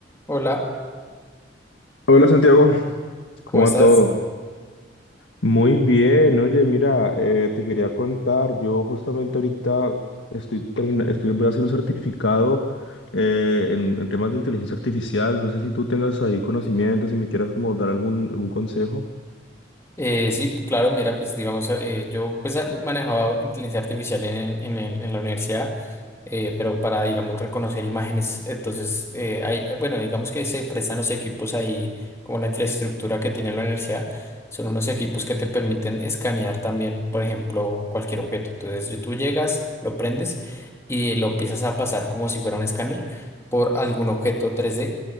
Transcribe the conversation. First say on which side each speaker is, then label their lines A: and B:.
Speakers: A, on the left; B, on the left.
A: Hola,
B: Hola Santiago, ¿cómo
A: ¿cómo estás?
B: va todo? Muy bien, oye, mira, eh, te quería contar, yo justamente ahorita estoy termina- estoy, voy a hacer un certificado eh, en, en temas de inteligencia artificial, no sé si tú tengas ahí conocimientos, si me quieras como dar algún, algún consejo.
A: Eh, sí, claro, mira, pues digamos, eh, yo pues a- manejaba inteligencia artificial en, en, el- en la universidad, eh, pero para, digamos, reconocer imágenes, entonces, eh, hay, eh, bueno, digamos que se prestan los equipos ahí, como la infraestructura que tiene la universidad, son unos equipos que te permiten escanear también, por ejemplo, cualquier objeto. Entonces, yo- tú llegas, lo prendes y lo empiezas a pasar como si fuera un escáner por algún objeto 3D